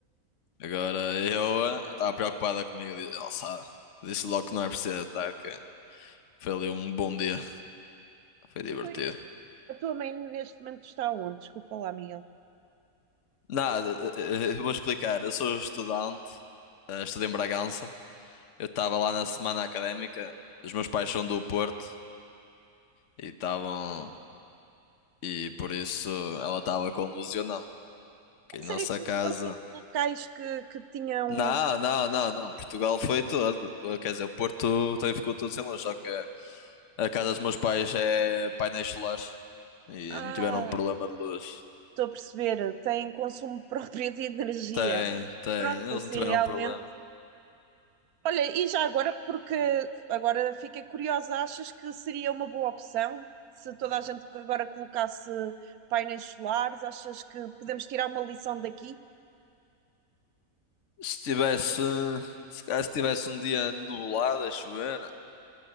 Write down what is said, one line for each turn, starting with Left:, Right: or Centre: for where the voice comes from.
Left: Agora eu ah, estava preocupada comigo. Ela sabe, disse logo que não é preciso estar, que foi ali um bom dia. Foi divertido.
Right: Então, e a tua mãe neste momento está onde? Desculpa lá, Miguel.
Left: Nada, eh, eh, vou explicar. Eu sou estudante, eh, estudo em Bragança. Eu estava lá na semana académica, os meus pais são do Porto e estavam. E por isso ela estava com Lúcio, não Que
Right: A
Left: em
Right: sério
Left: nossa
Right: que no
Left: casa.
Right: Porto houve locais que, que tinham.
Left: Não, não, não, não. Portugal foi todo. Quer dizer, o Porto também ficou todo sem luz. Só que a casa dos meus pais é painéis solares e
Right: Ah,
Left: não tiveram problema de luz.
Right: estou a perceber, têm consumo <laughs> próprio de energia.
Left: Tem, tem.
Right: Pronto,
Left: Eles
Right: assim
Left: não tiveram
Right: realmente.
Left: problema.
Right: Olha, e já agora, porque agora fiquei curiosa, achas que seria uma boa opção se toda a gente agora colocasse painéis solares? Achas que podemos tirar uma lição daqui?
Left: Se tivesse, se calhar se tivesse um dia nublado a chover,